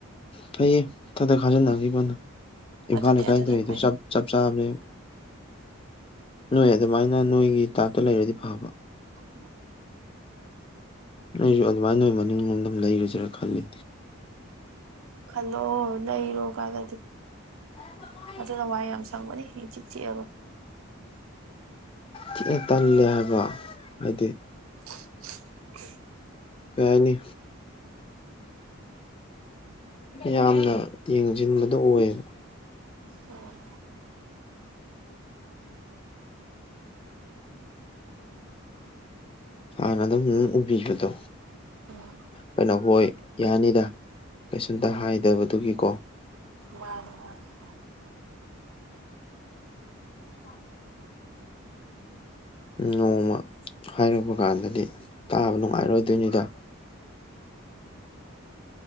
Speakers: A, on the left; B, on the right.
A: ꯐꯩꯌꯦ ꯊꯥꯛ ꯊꯥꯛ ꯈꯖꯅꯪꯒꯈꯤꯕꯅ꯫ ꯏꯝꯐꯥꯜ
B: ꯑꯗꯨꯅꯦ
A: ꯑꯦꯀꯥꯏꯊꯗꯨ
B: ꯑꯗꯨꯅ ꯐꯩ
A: ꯆꯞ ꯆꯞ ꯆꯕꯅꯦ꯫ ꯅꯣꯏ ꯑꯗꯨꯃꯥꯏꯅ ꯅꯣꯏꯒꯤ ꯇꯥꯏꯞꯇ ꯂꯩꯔꯗꯤ ꯐꯕ꯫
B: ꯎ <unintelligible>
A: ꯑꯩꯁꯨ ꯑꯗꯨꯃꯥꯏꯅ ꯅꯣꯏ ꯃꯅꯤꯡꯣꯝ ꯑꯗꯨꯝ ꯂꯩꯔꯨꯁꯦꯔꯥ ꯈꯜꯂꯤ꯫
B: ꯈꯜꯂꯣ ꯂꯩꯔꯣ ꯀꯥꯟꯅꯗꯦ꯫
A: ꯑ <unintelligible>
B: ꯑꯗꯨꯅ ꯋꯥꯏ ꯌꯥꯝ ꯁꯪꯕꯅꯤ ꯏꯆꯤꯛ ꯆꯤꯛꯑꯒ꯫
A: ꯊꯤꯅ ꯇꯜꯂꯦ ꯍꯥꯏꯕ ꯍꯥꯏꯗꯤ
B: ꯑꯣꯦ
A: ꯀꯩ ꯍꯥꯏꯅꯤ ꯌꯥꯝꯅ ꯌꯦꯡꯁꯤꯟꯕꯗꯣ ꯑꯣꯏꯌꯦꯕ
B: ꯎꯝ
A: ꯍꯅ ꯑꯗꯨ ꯎ ꯎꯕꯤꯖꯠꯇꯣ
B: ꯑꯣ
A: ꯑꯩꯅ ꯍꯣꯏ ꯌꯥꯅꯤꯗ ꯀꯩꯁꯨꯝꯇ ꯍꯥꯏꯗꯕꯗꯨꯒꯤꯀꯣ
B: ꯋꯥ ꯋꯥ <unintelligible>
A: ꯄ <unintelligible> ꯅꯣꯡꯃ ꯍꯥꯏꯔꯨꯕ ꯀꯥꯟꯗꯗꯤ ꯇꯥꯕ ꯅꯨꯡꯉꯥꯏꯔꯣꯏꯗꯣꯏꯅꯤꯗ